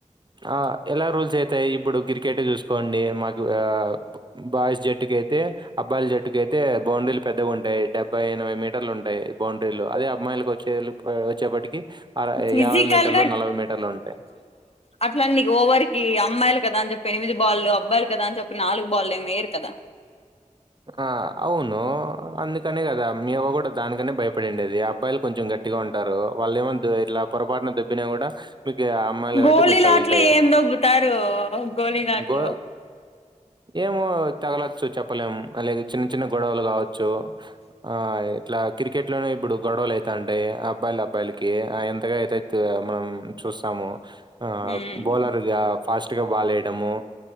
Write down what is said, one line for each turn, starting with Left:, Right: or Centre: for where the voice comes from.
Right: ఆ ఎలా రూల్స్ అయితాయి ఇప్పుడు క్రికెట్ చూసుకోండి, మాదు ఆ బాయ్స్ జట్టుకయితే అబ్బాయిల జట్టుకి అయితే, బౌండరీలు పెద్దగా ఉంటాయి డెబ్బై ఎనభై మీటర్లు ఉంటాయి బౌండరీలు, అదే అబ్బాయిలకి వచ్చే వ వచ్చేప్పటికి ఆర
Left: ఫిజికల్
Right: యాభై మీటర్లు నలభై మీటర్లు ఉంటయి.
Left: అట్లన్ని ఓవర్ కి అమ్మాయిలు కదాని చెప్పి ఎనిమిది బాల్లు బబ్బాయిరు కదా అని చెప్పి నాలుగు బాల్ ఏమేరు కదా?
Right: ఆ అవును అందుకనే కదా మీవ్వ కూడా దానికనే భయపడిండేది, అబ్బాయిలు కొంచెం గట్టి గండి టారు వాళ్ళ ఏమో ఇట్లా పొరపాటున దొబ్బినా కూడా, మీకు ఆ అమ్మాయిలు
Left: గోళీలాట్లు
Right: గట్టి మీకు తగులుతాయి.
Left: ఏం దొబ్బుతారు గోళీలాట్లు
Right: ఇంకో ఏమో తగలచ్చు చెప్పలేం. అలాగ చిన్న చిన్న గొడవలు కావచ్చు ఆ ఇట్లా క్రికెట్ లోనే ఇప్పుడు గొడవలు అయిత ఉంటాయి అబ్బాయిల అబ్బాయిలకి ఎంతగా అయితే మనం చూస్తాము ఆ
Left: ఉమ్
Right: బోలర్గా ఫాస్ట్గా బాల్ేయడము